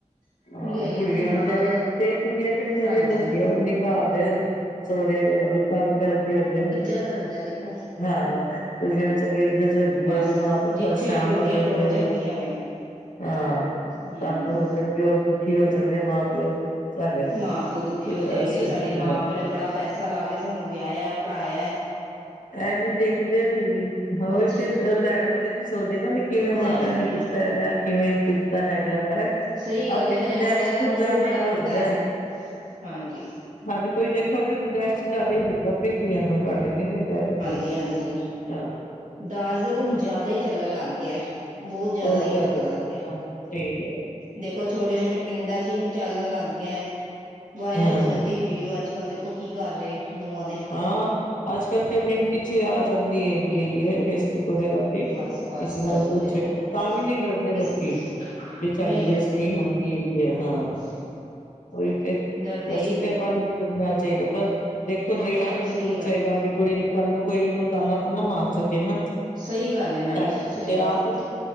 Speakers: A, on the right (about 70°); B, on the left (about 75°).
A: ਤੂੰ
B: ਹਾਂ
A: ਲਿਆਈ
B: ਕੁੜੀਆਂ
A: ਕੀ ਨਾਲ
B: ਵਿਚਾਰੀਆਂ ਕਈ ਕੁੜੀਆਂ ਤੇ ਵਿਚਾਰੀਆਂ
A: ਹਾਂਜੀ
B: ਦੱਸਦੀਆਂ ਵੀ ਨੀ ਭਰਾ ਦੇ ਸੌਰੇ ਵੀ ਤੰਗ ਕਰਦੇ ਹੈਗੇ ਨੇ।
A: ਪਤਾ ਲੱਗਦਾ ਦੇਖੋ।
B: ਹਾਂ ਕੁੜੀਆਂ ਵਿਚਾਰੀਆਂ ਇੱਜਤ ਰੱਖਦੀ
A: ਬਸ
B: ਐ ਵੀ ਮਾਂ-ਪਿਓ
A: ਜਿੱਥੇ
B: ਪਰੇਸ਼ਾਨ
A: ਟੁਰਦੀਆਂ
B: ਹੋ ਜਾਨਗੇ।
A: ਟੁਰ ਜਾਂਦੀਆਂ ਵੇ
B: ਹਾਂ
A: ਹਮ
B: ਤੰਗ ਹੋ ਜਾਨਗੇ ਔਰ ਦੁਖੀ ਹੋ ਜਾਨਗੇ ਮਾਂ ਪਿਓ। ਸਾਡੇ
A: ਮਾਂ ਪਿਓ ਦੁਖੀ
B: ਤੇ
A: ਹੋ
B: ਬਸ
A: ਜਾਏਂਗੇ ਸਾਡੇ
B: ਹਾਂ
A: ਮਾਂ ਓਨਾਂ ਨੇ ਬੜਾ ਪੈਸਾ ਲਾ ਕੇ ਸਾਨੂੰ ਵਿਆਏਐ ਪੜ੍ਹਾਇਐ।
B: ਐ ਨੀ ਦੇਖਦੇ ਵੀ ਹਾਂ ਓਈ
A: ਬੱਚੇ
B: ਤੇ ਲੈਨ ਵਾਲੇ ਨੀ ਸੋਚਦੇ ਨਾ ਵੀ ਕਿਵੇਂ ਮਾਂ
A: ਲੈਣ
B: ਪਿਓ
A: ਵਾਲੇ
B: ਨੇ ਕੀਤਾ
A: ਤੋਂ
B: ਵਿਆਹ ਕਿਵੇਂ ਕੀਤਾ ਹੈਗਾ ਹੈ।
A: ਸਹੀ ਗੱਲ
B: ਆਪਨੀ
A: ਏ ਲੈਣ
B: ਗੁੰਜਾਇਸ਼
A: ਵਾਲਿਆਂ ਦਾ
B: ਤੋਂ
A: ਮੂੰਹ
B: ਜ਼ਾਦਾ
A: ਬੜਾ
B: ਈ
A: ਵੱਡਾ
B: ਦੱਸਦੈ।
A: ਹੈ ਹਾਂਜੀ।
B: ਹਰ ਕੋਈ ਦੇਖੋ ਆਪਨੀ ਗੁੰਜਾਇਸ਼ ਤੋ ਜ਼ਾਦਾ ਈ ਦਿੰਦਾ ਆਪਨੀ ਧੀਆਂ ਨੂੰ ਘੱਟ ਨੀ ਦਿੰਦਾ ਹੈਗਾ।
A: ਜੀ ਹਾਂਜੀ।
B: ਏਆਂ।
A: ਦਾਜ ਦਾ ਤਾਂ ਹੁਨ ਜਾਦਾ ਈ ਚੱਲਨ ਲੱਗ ਗੇਆ, ਬਹੁ ਜ਼ਾਦਾ
B: ਬਹੁਤ
A: ਈ
B: ਜ਼ਿਆਦਾ
A: ਚੱਲਨ ਲੱਗ ਗੇਆ।
B: ਹਾਂ ਸਹੀ ਗੱਲ
A: ਦੇਖੋ ਛੋਟੇ-ਛੋਟੇ ਪਿੰਡਾਂ ਚ ਈ ਚੱਲਨ ਲੱਗ ਗੇਆ ਐ, ਵਾਇਰਲ
B: ਹਾਂ
A: ਹੋ ਜਾਂਦੀ ਐ ਵੀਡੀਓ ਅੱਜ ਅੱਜ-ਕੱਲ ਦੇਖੋ ਕੀ ਕਰ ਰਏ ਨੂੰਆਂ
B: ਹਾਂ ਅੱਜ-ਕੱਲ ਤੇ ਮਿੰਟ ਵਿਚ ਆ ਜਾਂਦੀ ਹੈਗੀ ਹੈਗੀ ਐ ਫੇਸਬੁੱਕ ਵਗੈਰਾ ਤੇ।
A: ਬਸ ਬਸ
B: ਇਸ ਨਾਲ ਕੁਛ
A: ਦੇਖੋ
B: ਤਾਂ ਵੀ ਨੀ ਡਰਦੇ
A: ਕਿਸ
B: ਲੋਕੀ, ਵੀ ਸਾਡੀ
A: ਨਹੀਂ ਡਰਦੇ
B: ਬੇਜ਼ਤੀ ਹੋਊ। ਵੀ ਹੈਗੀ ਐ ਹਾਂ।
A: <inaudible>
B: ਓਹੀ ਤੇ,
A: ਡਰਦੇ
B: ਵੈਸੇ
A: ਹੀ ਨਹੀਂ
B: ਤੇ ਬਨ ਵੀ ਬੰਨਨਾ ਚਾਈਦੈ। ਪਰ ਦੇਖੋ ਦੇਨਾ ਈ
A: ਸਹੀ
B: ਜ਼ਰੂਰ
A: ਗੱਲ
B: ਚਾਈਦਾ
A: ਹੈ
B: ਵੀ ਕੁੜੀ ਨੂੰ ਕੱਲ ਨੂੰ ਕੋਈ ਓਨੂੰ ਤਾਨਾ ਤੂੰਨਾ ਮਾਰ ਸਕੇ ਨਾ।
A: ਸਈ ਗੱਲ ਏ ਮੈਡਮ
B: ਸਾਡੇ
A: ਜੀ ਸਈ
B: ਤੇ
A: ਗੱਲ
B: ਆਪ
A: ਏ ਤੁਆਡੀ।